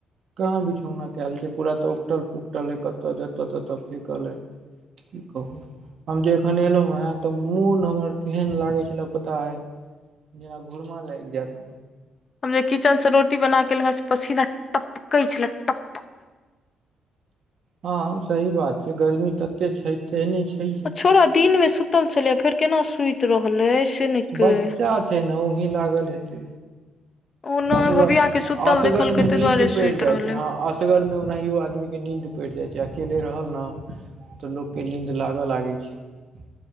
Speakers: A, on the right; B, on the left.
A: कहाँ बीछौना कयल छैय पूरा तऽ उकटल फुकटल ये कतऽ जतऽ ततऽ फेकल अय। की कहू हम जे एखन एलौं हैं तऽ मोन हमर केहैन लागे छलै पता अय। जेना घुुरमा लाइग जैत।
B: हम जे किचन सऽ रोटी बना के एलौं हैं से पसीना टपकै छलै टप
A: हँ सही बात छैय गर्मी तते छैय तेहने छैहे।
B: छोड़ा दिन में सुत्तल छलैया फेर केना सुइत रहलै। से नहि कहि
A: बच्चा छैय न ओंघी लागल हेतै।
B: ओ नहि
A: असगर
B: भबिया के सुतल
A: असगर
B: देखलकै
A: में
B: ताहि
A: नीन्द
B: दुआरे सुति
A: पैड़ जाइ
B: रहलै
A: छैय हँ अस गर में ओनाहियो आदमी के नीन्द पैड़ जाइ छैय अकेले रहल न तऽ लोक के नींद लागऽ लागै छैय